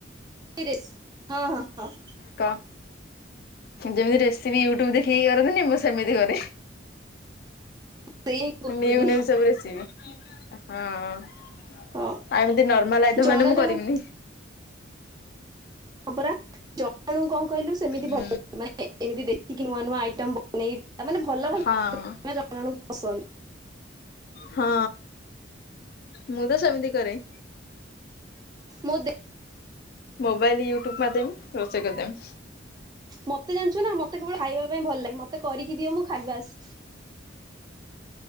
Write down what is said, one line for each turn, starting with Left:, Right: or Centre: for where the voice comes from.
Right: ର ରେସିପି ହଁ ହଁ ହଁ।
Left: କ ଯେମିତି ରେସିପି ୟୁଟ୍ୟୁବ ଦେଖିକି କରନ୍ତିନି ମୁଁ ସେମିତି କରେ।
Right: ସେଇ ହିଁ କହୁଥିଲି
Left: ନିଉ ନିଉ ସବୁ ରେସିିପି। ହଁ। ଆଉ
Right: ହଁ
Left: ଏମିତି ନର୍ମାଲ ଆଇଟମ୍
Right: ଜଣ
Left: ମାନେ ମୁଁ
Right: ଜଣ
Left: କରବିନି।
Right: ହଁ ପରା <unintelligible> କଣ କହିଲୁ ସେମିତି
Left: ହୁଁ
Right: ଭଲ ମେ ଏମିତି ଦେଖିକି ନୂଆ ନୂଆ ଆଇଟମ୍ ବନେଇ ତାମାନେ ଭଲ <unintelligible>
Left: ହଁ
Right: ପସନ୍ଦ
Left: ହଁ ମୁଁ ତ ସେ ସେମିତି କରେ।
Right: ମୁଁ ଦେଖ
Left: ମୋବାଇଲ ୟୁଟ୍ୟୁବ ମାରିଦେମ୍ ରୋଷେଇ କରି ଦେମ୍।
Right: ମତେ ଜାଣିଛୁ ନା ମତେ କେବଳ ଖାଇବା ପାଇଁ ଭଲ ଲାଗେ ମତେ କରିକି ଦିଅ ମୁଁ ଖାଇବି ବାସ୍।